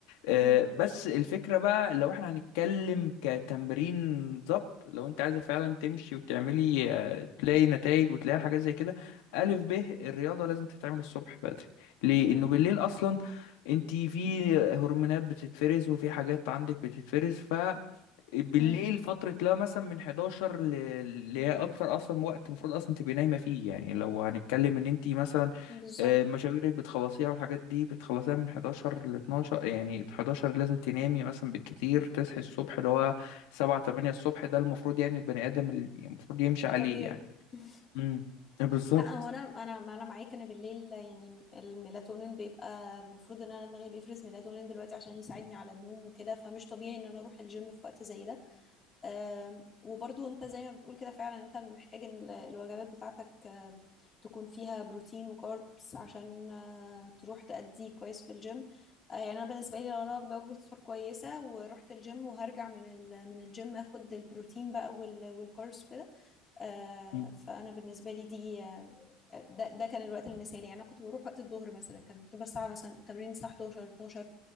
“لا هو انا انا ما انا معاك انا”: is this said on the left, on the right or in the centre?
Left